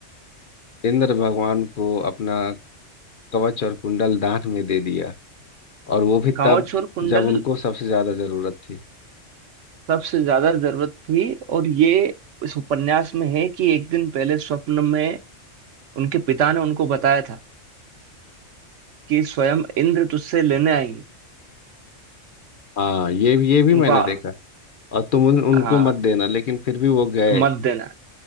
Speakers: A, on the left (about 50°); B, on the right (about 75°).
A: इंद्र भगवान को अपना कवच और कुंडल दान में दे दिया और वो भी
B: कांवच
A: तब
B: और कुंडल
A: जब उनको सबसे ज्यादा जरूरत थी
B: सबसे ज्यादा जरूरत थी और ये इस उपन्यास में है कि एक दिन पहले स्वप्न में उनके पिता ने उनको बताया था कि स्वयं इंद्र तुझसे लेने आएंगे
A: हाँ ये भी ये भी
B: उनको
A: मैंने
B: आ-
A: देखा और तुम उन, उनको
B: हाँ
A: मत देना लेकिन फिर भी वो गए
B: मत देना